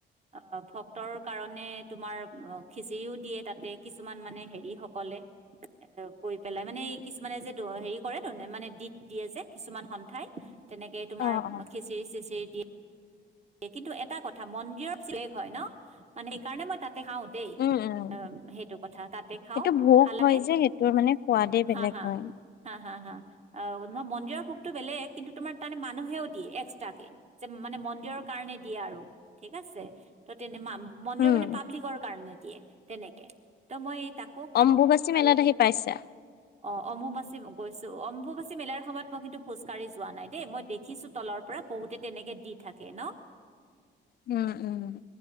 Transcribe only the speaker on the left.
অ', অ'।
উম, উম,
সেইটো ভোগ
হয় যে সেইটোৰ মানে সোৱাদেই বেলেগ
হয়।
উম,
অম্বুবাচী মেলাত
আহি পাইছা?
উম উম।